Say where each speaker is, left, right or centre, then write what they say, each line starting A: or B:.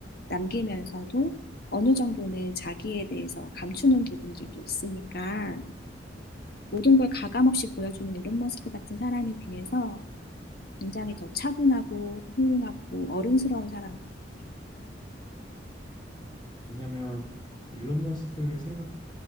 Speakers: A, on the left (about 55°); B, on the left (about 25°).
A: 남기면서도 어느 정도는 자기에 대해서 감추는 부분들도 있으니까 모든 걸 가감 없이 보여주는 일론 머스크 같은 사람에 비해서 굉장히 더 차분하고 훌륭하고 어른스러운 사람으로 보여요.
B: 왜냐면 일론 머스크를 생각